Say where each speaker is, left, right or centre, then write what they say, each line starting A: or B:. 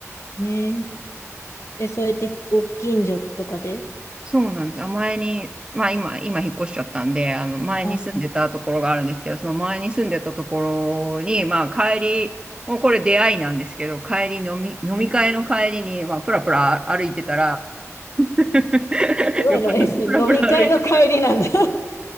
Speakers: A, on the left (about 60°); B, on the right (about 15°).
A: ねえ。え、そうやってご近所とかで。
B: そうなんですよ。前に、まあ今、今引っ越しちゃったんで、あの前に住んでたところがあるんですけど、
A: あ、はい、
B: その前に住んでたところに、まあ帰り、もうこれ出会いなんですけど、帰り飲み、飲み会の帰りに、
A: はい。
B: まあプラプラ歩いてたら、<laughs>
A: すごいな、
B: 酔っ払ってプラプラ歩いて
A: え、飲み会の帰りなんだ。<laughs>